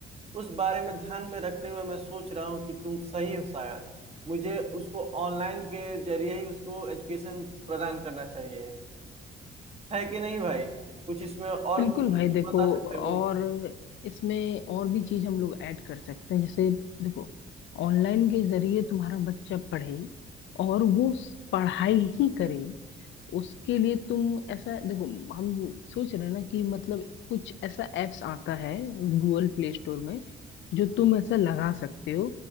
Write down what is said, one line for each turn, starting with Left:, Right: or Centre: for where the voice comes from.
Right: उस बारे में ध्यान में रखते हुए मैं सोच रहा हूँ कि तुम सही हो शायद मुझे उसको ऑनलाइन के जरिए ही उसको एजुकेशन प्रदान करना चाहिए है कि नहीं भाई कुछ इसमें और
Left: बिल्कुल
Right: कुछ जो
Left: भाई
Right: तुम
Left: देखो
Right: बता सकते
Left: और
Right: हो
Left: इसमें और भी चीज हम लोग ऐड कर सकते हैं जैसे देखो ऑनलाइन के जरिए तुम्हारा बच्चा पढ़े और वो स- पढ़ाई ही करे उसके लिए तुम ऐसा देखो हम सोच रहे हैं ना कि मतलब कुछ ऐसा एप्स आता है गूगल प्ले स्टोर में जो तुम ऐसा लगा सकते हो